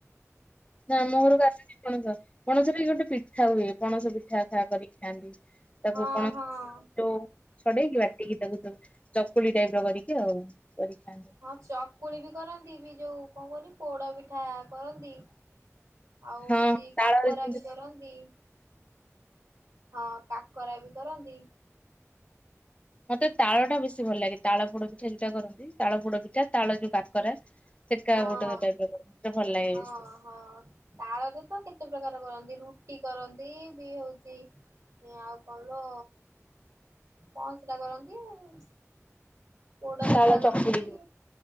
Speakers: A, on the left; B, on the right.
A: ନା
B: ହୁଁ
A: ଆମ ଘରକୁ ଆସିଛି ପଣସ। ପଣସବି ଗୋଟେ ପିଠା ହୁଏ ପଣସ ପିଠା ଖା କରିକି ଖାଆନ୍ତି ତାକୁ
B: ହଁ
A: ପଣସ
B: ହଁ।
A: ଯୋଉ ଛଡ଼େଇକି ବାଟିକି ତାକୁ ଚକୁଳି ଟାଇପର କରିକି ଆଉ କରିକି ଖାଆନ୍ତି।
B: ହଁ ଚକୁଳିବି କରନ୍ତିବି ଯୋଉ କଣ କହୁହନି ପୋଡ଼ ପିଠା କରନ୍ତି। ଆଉ ହଉଚି
A: ହଁ। ତାଳରେ
B: କାକରାବି
A: ଯେମିତି
B: କରନ୍ତି। ହଁ କାକରାବି କରନ୍ତି।
A: ମତେ ତାଳଟା ବେଶୀ ଭଲ ଲାଗେ ତାଳ ପୋଡ଼ ପିଠା ଯଉଟା କରନ୍ତି ତାଳ ପୋଡ଼ ପିଠା ତାଳ ଯୋଉ କାକରା। ସେକା
B: ହଁ
A: ଗୋଟେ ଟାଇପିର ଭଲ ଲାଗେ?
B: ହଁ ହଁ। ତାଳରେ ତ କେତେ ପ୍ରକାର କରନ୍ତି, ରୁଟି କରନ୍ତି ବି ହଉଚି ଆଉ କଣ ଲୋ, କଣ ସେଟା କରନ୍ତି ଇ ପୋଡ
A: ତାଳ
B: ପିଠା କରନ୍ତି,
A: ଚକୁଳି ଯୋଉ।